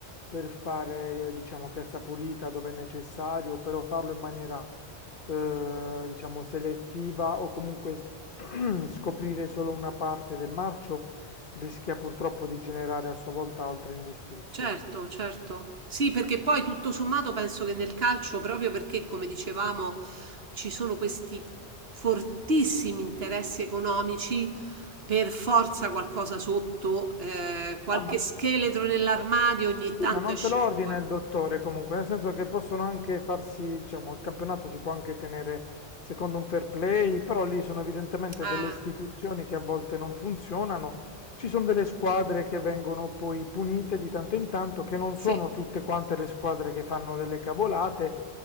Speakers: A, on the left; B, on the right.
A: per fare, eh, diciamo, piazza pulita dove è necessario, però farlo in maniera, eh, diciamo, selettiva o comunque s- <clears throat> scoprire solo una parte del marcio rischia purtroppo di generare a sua volta altre ingiustizie.
B: Certo, certo. Sì, perché poi tutto sommato penso che nel calcio, proprio perché, come dicevamo, ci sono questi fortissimi interessi economici, per forza qualcosa sotto, eh, qualche
A: No, m-
B: scheletro nell'armadio ogni
A: sì,
B: tanto
A: ma non
B: esce
A: te lo ordina
B: fuori.
A: il dottore comunque, nel senso che possono anche farsi, diciamo, il campionato si può anche tenere secondo un fair play, però lì sono evidentemente delle
B: Eh,
A: istituzioni che a volte non funzionano. Ci sono delle squadre che vengono poi punite di tanto in tanto, che non
B: sì,
A: sono tutte quante le squadre che fanno delle cavolate,